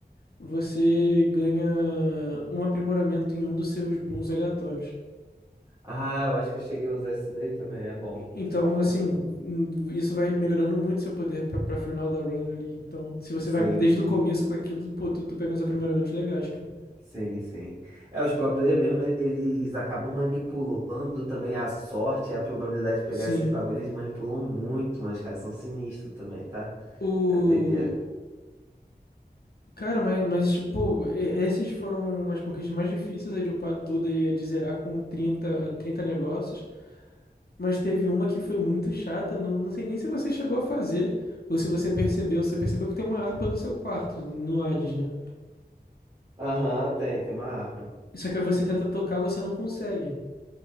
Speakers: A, on the left; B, on the right.
A: você ganha um aprimoramento em um dos seus booms aleatórios.
B: Ah, eu acho que eu cheguei a usar isso daí também. É bom.
A: E- Então,
B: É, de fato
A: assim,
B: é bom.
A: hum, isso vai melhorando muito seu poder pra, pra final da run ali. Então, se você
B: Sim,
A: vai desde o começo com aquilo, pô, tu, tu pega uns aprimoramentos legais, cara.
B: sim, sim. É, os pro player mesmo, e- eles acabam manipulando também a sorte e a probabilidade de pegar
A: Sim.
B: esses bagulhos, eles manipulam muito, mas os caras são sinistros também, tá?
A: O,
B: É doideira.
A: Cara, mas, mas tipo, e- essas foram as conquistas mais difíceis, a de upar tudo e a de zerar com trinta trinta negócios. Mas teve uma que foi muito chata, não, não sei nem se você chegou a fazer, ou se você percebeu. Você percebeu que tem uma harpa no seu quarto, no Hades, né?
B: Aham, tem, tem uma harpa.
A: Só que você tenta tocar, você não consegue.